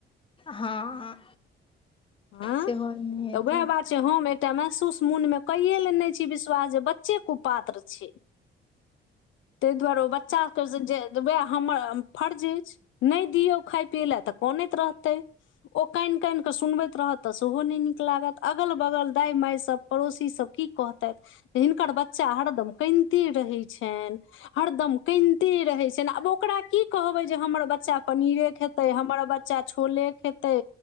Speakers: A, on the left; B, on the left.
A: हँ।
B: हाँ
A: सेहो नहि
B: तऽ
A: हेतै
B: वएह बात छै हम एकटा महसूस मुन मे कैेय लेने छी विश्वास जे बच्चे कु पात्र छै। तै दुआरो ओ बच्चा जे त वएह हमर फर्ज अछि नहि दियौ खाय पियै लए तऽ कनैत रहतै। ओ काइन काइन कऽ सुनबै रहत तऽ सेहो नहि नीक लागत अगल बगल दाइ मायसभ पड़ोसीसभ की कहतेथ। हिनकर बच्चा हरदम कनिते रहै छेएन। हरदम कनिते रहै छनि आब ओकरा की कहबै जे हमर बच्चा पनीरे खेतै हमर बच्चा छोले खेतै